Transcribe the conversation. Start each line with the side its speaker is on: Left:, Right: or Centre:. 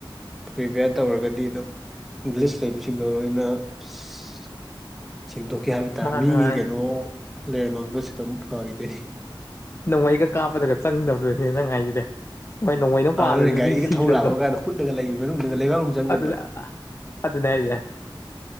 Centre: ꯔꯤꯄꯤꯌꯥꯔ ꯇꯧꯔꯒꯗꯤ ꯑꯗꯨꯝ ꯒꯂꯤꯁ ꯂꯩꯕꯁꯤꯡꯗꯣ ꯂꯣꯏꯅ <unintelligible> ꯁꯦꯡꯗꯣꯛꯀꯤ ꯍꯥꯏꯕ ꯇꯥꯔꯦ
Left: ꯃꯥꯅꯦ
Centre: ꯃꯤꯒꯤ
Left: ꯃꯥꯅꯦ
Centre: ꯀꯩꯅꯣ ꯂꯩꯔꯝꯃꯒꯁꯨ ꯑꯗꯨꯝ ꯐꯒꯤꯗꯣꯏꯅꯤ
Left: ꯅꯣꯡꯃꯩꯒ ꯀꯥꯞꯄꯗꯒ ꯆꯪꯗꯕꯗꯨꯅꯤꯅꯦ ꯅꯪ ꯍꯥꯏꯁꯤꯗꯤ ꯍꯣꯏ ꯅꯣꯡꯃꯩꯅ ꯄꯥꯜꯂꯁꯨ
Centre: ꯍꯥꯟꯅꯅꯦ ꯒꯥꯔꯤꯒ
Left: ꯃꯤ ꯁꯤꯗꯕꯗꯣ
Centre: ꯊꯧ ꯂꯥꯛꯄ ꯀꯥꯟꯗ ꯍꯨꯠꯂꯒ ꯂꯩꯕ ꯃꯅꯨꯡꯗꯒ ꯂꯩꯕꯥꯛꯅꯨꯡ ꯆꯪꯈꯤꯕꯗꯣ
Left: ꯑꯗꯨꯗ ꯑꯗꯨꯅꯦ ꯍꯥꯏꯖꯦ